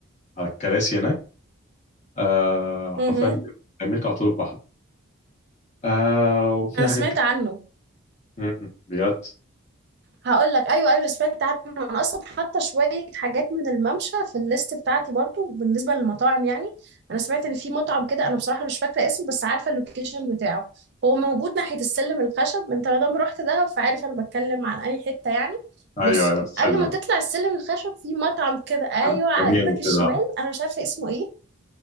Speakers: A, on the left; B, on the right.
A: على الكراسي هناك آه
B: امم
A: حرفيا بيعملك على طول البحر آه وفي
B: انا
A: حاجات
B: سمعت
A: كده
B: عنه
A: م- م. بجد
B: هقول لك ايوه ايوه أنا سمعت عنه انا اصلا حاطه شويه حاجات من الممشى في الليست بتاعتي برضو بالنسبه للمطاعم يعني انا سمعت ان في مطعم كده انا بصراحه مش فاكره اسمه بس عارفه اللوكيشن بتاعه هو موجود ناحيه السلم الخشب انت ما دام رحت دهب فعارف انا بتكلم عن اي حته يعني
A: أيوه
B: بص
A: أيوه سلم
B: قبل ما تطلع السلم الخشب في مطعم كده ايوه
A: عندك
B: على
A: جميل
B: ايدك
A: وكده
B: الشمال انا مش عارفه اسمه ايه